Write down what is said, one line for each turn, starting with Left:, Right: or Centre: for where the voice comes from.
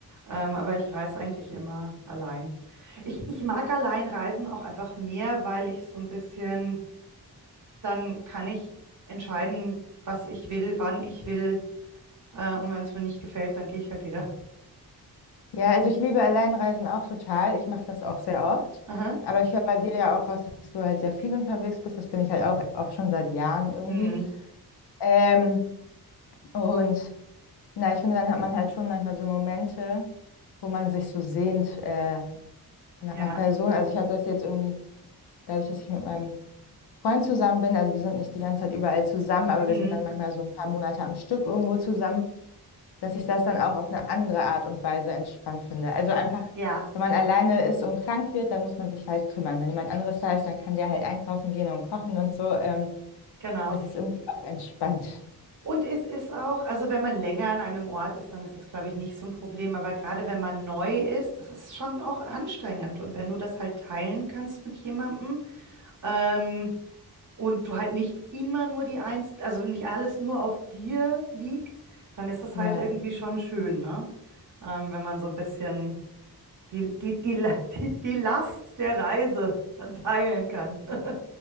Right: Ähm, aber ich reise eigentlich immer allein. Ich, ich mag allein reisen auch einfach mehr, weil ich so ein bisschen, dann kann ich entscheiden, was ich will, wann ich will. Äh, und wenn es mir nicht gefällt, dann gehe ich halt wieder.
Left: Ja, also ich liebe Alleinreisen auch total. Ich mache das auch sehr oft.
Right: Aha.
Left: Aber ich höre bei dir ja auch raus, dass du halt sehr viel unterwegs bist. Das bin ich halt auch, auch schon seit Jahren irgendwie.
Right: Mhm.
Left: Ähm, und na, ich finde, dann hat man halt schon manchmal so Momente, wo man sich so sehnt äh, nach
Right: Ja.
Left: einer Person. Also ich habe das jetzt irgendwie, dadurch, dass ich mit meinem Freund zusammen bin, also wir sind nicht die ganze Zeit überall zusammen, aber
Right: Mhm.
Left: wir sind dann manchmal so ein paar Monate am Stück irgendwo zusammen dass ich das dann auch auf eine andere Art und Weise entspannt finde. Also einfach,
Right: Ja,
Left: wenn man alleine ist und krank wird, dann muss man sich halt kümmern. Wenn jemand anderes da ist, dann kann der halt einkaufen gehen und kochen und so. Ähm,
Right: genau.
Left: das ist irgendwie auch entspannt.
Right: Und es ist auch, also wenn man länger an einem Ort ist, dann ist das, glaube ich, nicht so ein Problem. Aber gerade wenn man neu ist, das ist schon auch anstrengend. Und wenn du das halt teilen kannst mit jemandem, ähm, und du halt nicht immer nur die Eins, also nicht alles nur auf dir liegt, dann ist das
Left: Ja,
Right: halt irgendwie schon schön, ne? Ähm, wenn man so ein bisschen. die, die, die, die, die Last der Reise dann teilen kann. <laughs>